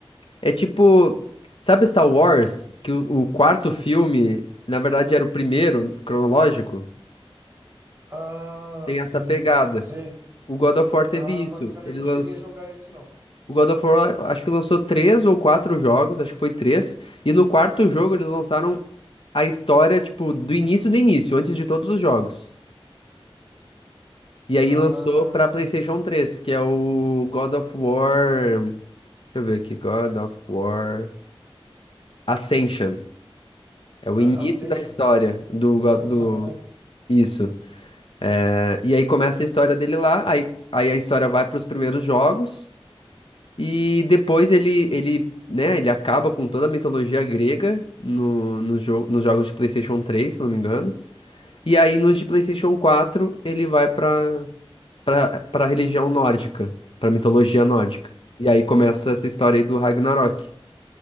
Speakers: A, on the left; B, on the right.
A: é tipo, sabe Star Wars? Que o, o quarto filme,
B: s-
A: na verdade, era o primeiro cronológico?
B: ah,
A: Tem
B: sim,
A: essa pegada.
B: sei.
A: O God of War teve
B: Ah,
A: isso.
B: bacana,
A: Ele
B: eu não
A: lançou.
B: cheguei a jogar esse não.
A: O God of War, acho que lançou três ou quatro jogos, acho que foi três. E no quarto jogo eles lançaram a história, tipo, do início do início, antes de todos os jogos. E
B: Ah,
A: aí lançou pra PlayStation 3, que é o God of War. Deixa eu ver aqui, God of War Ascension. É o
B: A-
A: início
B: Ascension.
A: da história do,
B: Ascensão,
A: go- do
B: né?
A: Isso. É, e aí começa a história dele lá, aí, aí a história vai para os primeiros jogos, e depois ele, ele, né, ele acaba com toda a mitologia grega no, no jogo, nos jogos de PlayStation 3, se não me engano. E aí nos de PlayStation 4 ele vai para para para religião nórdica, para mitologia nórdica. E aí começa essa história aí do Ragnarok.